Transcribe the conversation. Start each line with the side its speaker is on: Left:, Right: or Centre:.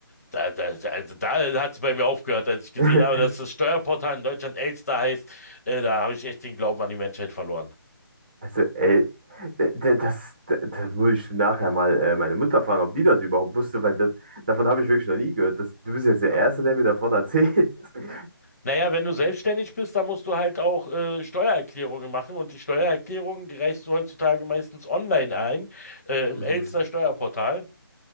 Left: da, da, also da hat es bei mir aufgehört, als ich gesehen
Right: <laughs>
Left: habe, dass das Steuerportal in Deutschland Elster heißt. Äh, da habe ich echt den Glauben an die Menschheit verloren.
Right: Also, ey, der, der, das, der, da muss ich nachher mal äh, meine Mutter fragen, ob die das überhaupt wusste, weil das, davon habe ich wirklich noch nie gehört. Das, du bist jetzt der Erste, der mir davon erzählt. <laughs>
Left: Naja, wenn du selbstständig bist, dann musst du halt auch äh, Steuererklärungen machen und die Steuererklärungen, die reichst du heutzutage meistens online ein, äh, im
Right: Mhm,
Left: Elster Steuerportal.